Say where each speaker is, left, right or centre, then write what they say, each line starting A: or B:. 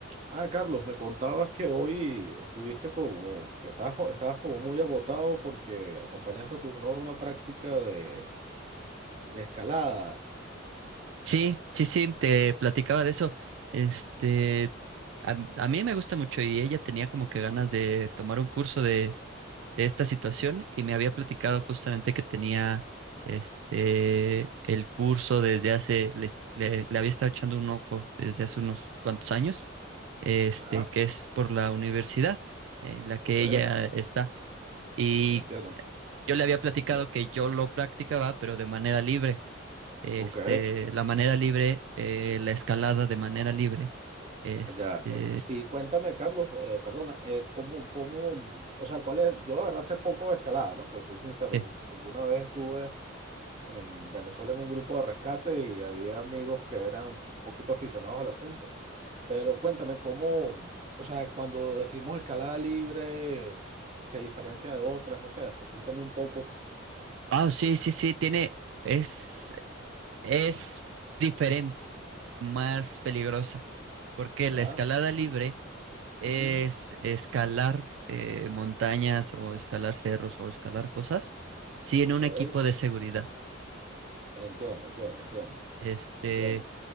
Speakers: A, on the right; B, on the right.
A: Ah, Carlos, me contabas que hoy estuviste como, que estabas, <laughs> co- estabas como muy agotado porque acompañaste a tu novia a una práctica de, de escalada,
B: Sí, sí, sí, te platicaba de eso. Este, a, a mí me gusta mucho y ella tenía como que ganas de tomar un curso de, de esta situación y me había platicado justamente que tenía este el curso desde hace, les- le, le había estado echando un ojo desde hace unos cuantos años, este,
A: ¿ya?
B: que es por la universidad en la que
A: Ok,
B: ella está. Y
A: entiendo.
B: yo le había platicado
A: Me-
B: que yo lo practicaba, pero de manera libre este,
A: ok,
B: la manera libre, eh, la escalada de manera libre. Este,
A: ya. eh, y cuéntame, Carlos, eh, perdona, eh, ¿cómo, cómo, mm, o sea, cuál es, yo de verdad sé poco de escalada, ¿no? Te soy sincero,
B: sí.
A: un- alguna vez estuve en Venezuela en un grupo de rescate y había amigos que eran un poquito aficionados al asunto Pero cuéntame cómo, o sea, cuando decimos escalada libre, se diferencia de otras, no sé, explícame un poco.
B: Ah, sí, sí, sí, tiene, es, es diferente, más peligrosa, porque
A: ¿Ya?
B: la escalada libre es
A: Ujú.
B: escalar eh, montañas o escalar cerros o escalar cosas, sí, en
A: Ok.
B: un equipo de seguridad.
A: Entiendo, entiendo, entiendo,
B: Este,
A: entiendo.